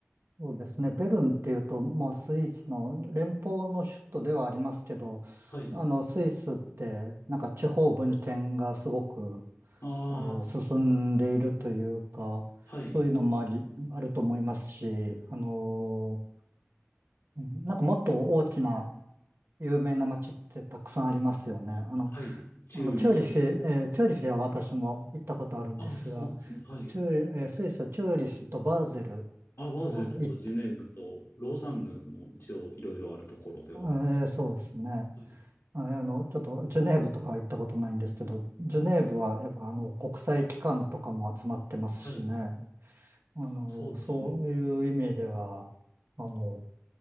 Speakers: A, on the right; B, on the left.
A: そうですね。ベルンっていうと、まあ、スイスの連邦の首都ではありますけど、
B: はい。
A: あの、スイスって、なんか地方分権がすごく、
B: ああ、
A: あの、進んでいるというか、
B: はい。
A: そういうのもあり、あると思いますし、あの、うんなんかもっと大きな有名な街ってたくさんありますよね。あの、
B: はい。チューリヒ
A: あの、チューリヒ、えーチューリヒは私も行ったことあるんですが、
B: あ、そうなんですね。はい。
A: チューリえースイスはチューリヒとバーゼル
B: あ、バズルとジュネーブとローザンヌも一応いろいろあるところでは。
A: は行っ、うん、えーそうですね。
B: はい。
A: ああの、ちょっとジュネーブとかは行ったことないんですけど、ジュネーブはやっぱあの国際機関とかも集まってますしね。
B: はい。
A: あの、
B: そうですね。
A: そういう意味では、あの、